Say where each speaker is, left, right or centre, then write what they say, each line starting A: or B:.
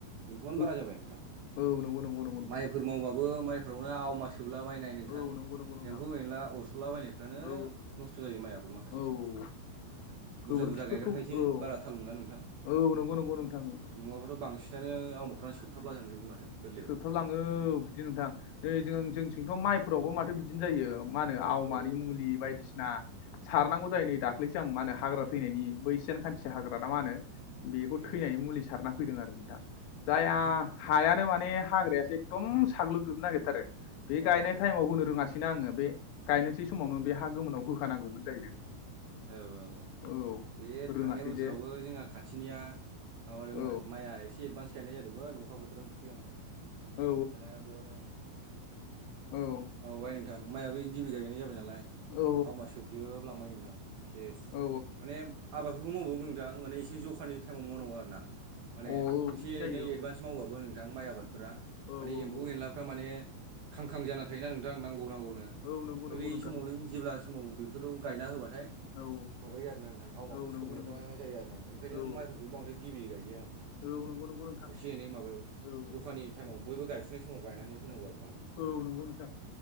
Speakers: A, on the right (about 70°); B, on the left (about 80°).
A: एम्फौआनो
B: औ
A: बारा जाबाय नोंथां।
B: औ नंगौ नंगौ नंगौ नोंथां
A: माइफोर मावबबो माय फोरावनो आवमा सोबलाबायनाय नोंथां
B: औ नंगौ नंगौ नोंथां
A: एम्फौ एनला अरस'ला बायनायफ्रानो
B: औ
A: नस्थ' जायो माइयआबो माखासे
B: औ औ
A: बुरजा
B: गोबोरखिफोरखौ
A: बुरजा गायग्राखायसो
B: औ
A: बारा थाल मोना नोंथां
B: औ नंगौ नंगौ नोंथां नंगौ
A: नङाबाथ' बांसिनानो आवाफ्रानो सोबथाबला लांजोबो माथो गोरलैयावनो
B: सोबथाबलाङो बिदि नोंथां जों
A: उम
B: जोंथिंथ' माइफोरावबो माथो बिदिनो जायो मा होनो आवमानि
A: औ
B: मुलि बायदिसिना सारनांगौ जायो नै दाख्लैसो आं मा होनो हाग्रा
A: औ
B: थैनायनि बै सान खान्थि
A: उम
B: हाग्रा ना मा होनो बेखौ
A: उम
B: थैनायनि मुलि सारना फैदों आरो दा जाया
A: औ था
B: हायानो माने हाग्रायासो एकदम साग्लोबजोबनो नागिरथारो बे
A: औ
B: गायनाय टाइमाव होनो रोङासैना आङो बे गायनोसै समावनो बे हा गोमोनाव होखानांगौमोन जाहैदों
A: औ औ औ
B: औ
A: बे
B: रोङासै
A: थांनाय बोसोरावबो
B: जे
A: जोंहा खाथिनिया माबादोंमोन
B: औ
A: माइआ एसे एडभान्स गायनाय जादोंमोन अखा बोथोरावाबो सिगां
B: औ
A: दाना बेयावनो
B: औ
A: औ बाय नोंथां माइआ बेै गिबि गायैनाय जाबाय नालाय
B: औ
A: आवमा सोबजोबलांबाय नोंथां सेस।
B: औ
A: माने आबादफोरखौ मावबोन नोंथां माने एसे जखानि टाइमाव मावनांगौ आरो ना माने
B: औ औ
A: एसे
B: बिदि जायो
A: एनै
B: औ
A: एदभान्स मावबाबो नोंथां माइ आबादफोरा
B: औ
A: माने
B: औ
A: ए फौ
B: औ
A: एनलाफ्रा माने खांखां जाना थायोना नोंथां नांगौ नांगौनो ओमफ्राय
B: औ नंगौ नंगौ
A: बै
B: नोंथां
A: समाव
B: नंगौ
A: नों जेब्ला समाव बेफोराव गायना होबाथाय
B: औ
A: माबायो आरोना नोंथां आवमाफोर
B: औ औ
A: सोबनायफ्रा
B: नंगौ नंगौ नोंथां
A: जायो आरो नथां ओंखायनो
B: औ
A: माइफोरखौ बांद्राय गिबि गायजाया आरो
B: औ नंगौ नंगौ नोंथां
A: एसे एनै माबायाव
B: औ
A: जखानि टाइमाव बयबो गायफुनाय समाव गायनानै होनांगौ आरो ना
B: औ नंगौ नोंथां